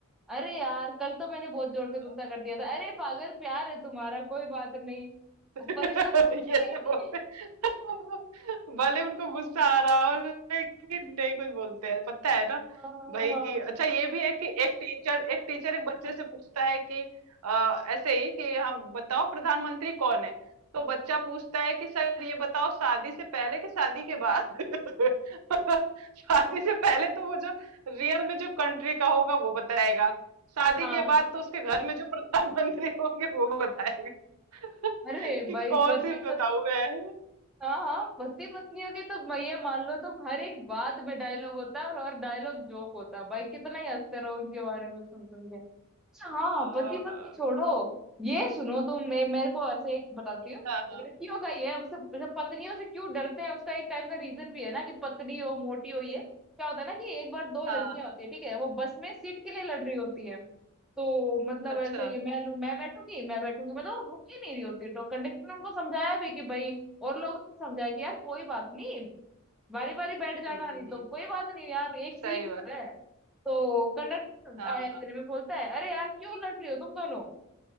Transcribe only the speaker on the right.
<laughs>
<laughs>
ये
से बोलते हैं। <laughs> भले उनको गुस्सा आ रहा हो लेकिन नहीं कुछ बोलते हैं पता है ना
भाई कि अच्छा ये भी है कि एक टीचर एक टीचर एक बच्चे से पूछता है कि अ, ऐसे ही कि हम बताओ प्रधानमंत्री कौन है तो बच्चा पूछता है कि सर ये बताओ शादी से पहले कि शादी के बाद <laughs> शादी से पहले तो वो जो रियल में जो कंट्री का होगा वो बताएगा शादी
के बाद तो उसके घर में जो प्रधानमंत्री होंगे वो बताएगा। <laughs>
कि
कौन
सी बताऊं
मैं
हाँ
हाँ
हाँ
हाँ
हाँ,
हाँ,
अच्छा
हम्म
हम्म
सही बात
हाँ
हाँ